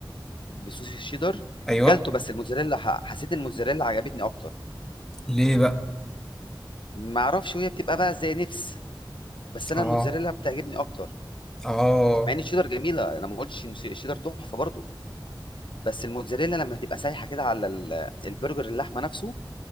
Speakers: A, on the left; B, in the centre.
A: بصوص الشيدر
B: أيوه
A: كلته بس الموتزاريلا ح- حسيت الموتزاريلا عجبتني اكتر
B: ليه بقى؟
A: ما اعرفش وهي بتبقى بقى زي نفس بس انا
B: آه
A: الموتزاريلا بتعجبني اكتر
B: آه
A: مع ان الشيدر جميله انا ما قلتش ان الش- الشيدر تحفه برضه بس الموتزاريلا لما بتبقى سايحه كده على ال- البرجر اللحمه نفسه